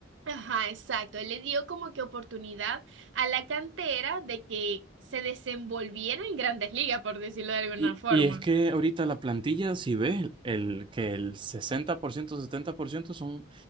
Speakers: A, on the right; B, on the right.
A: ajá, exacto, él le dio como que oportunidad a la cantera de que se desenvolviera en grandes ligas, por decirlo de alguna
B: Y,
A: forma.
B: y es que ahorita la plantilla, si ves, el, que el 60%, 70% son